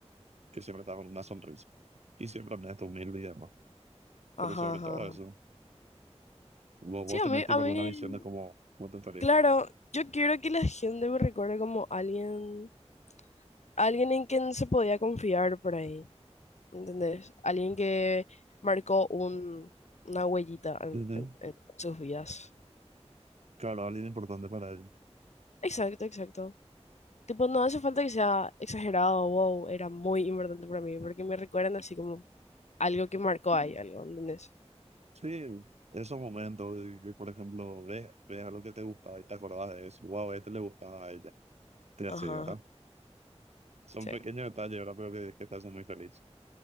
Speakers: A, on the right (about 70°); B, on the left (about 80°).
A: que siempre está con una sonrisa. Y siempre me humilde y demás.
B: Ajá,
A: pero sobre
B: ajá.
A: todo eso, vos, vos
B: Sí, a
A: tenés
B: mí,
A: tipo
B: a mí,
A: alguna visión de cómo, cómo te estaría.
B: claro, yo quiero que la gente me recuerde como alguien, alguien en quien se podía confiar por ahí, ¿entendés? Alguien que marcó un, una huellita en
A: Ujú.
B: en- en sus vidas.
A: Claro, alguien importante para ellos.
B: Exacto, exacto. Tipo, no hace falta que sea exagerado, wow, era muy importante para mí, porque me recuerdan así como algo que marcó ahí, algo, ¿entendés?
A: Sí, esos momentos de que, por ejemplo, ves, ves a lo que te gusta y te acordás de eso, wow, a este le gustaba a ella, y así,
B: Ajá,
A: ¿verdad?
B: ajá,
A: Son
B: sí.
A: pequeños detalles, ¿verdad? Pero que, que te hacen muy feliz.